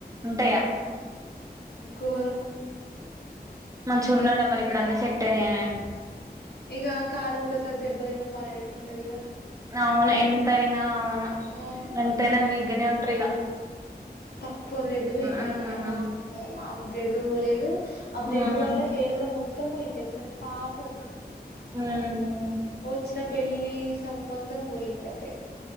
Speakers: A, on the right; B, on the left.
A: ఉంటయా
B: ఘోరం
A: మంచిగున్నడా మరిప్పుడు అన్ని సెట్టయినయానె
B: ఇగా కాదు ఒకసారి దెబ్బతిన్న పానం ఎట్లుంటదిగ
A: అవును ఎంతైనా అవును
B: ఆ
A: ఎంతైనా వీగ్గనే ఉంటరిగా
B: తక్కువ బ్లడ్ పోయిందనే
A: ఉమ్
B: వామ్మో మామ్ బ్లడ్ పోలేదు ఆ బ్లడ్
A: ఉమ్
B: వల్ల హేర్ గూడా మొత్తం పోయిందెల్సానే పాపం
A: ఉమ్ హ్
B: వచ్చిన పెళ్ళి సంబంధం పోయింది అటే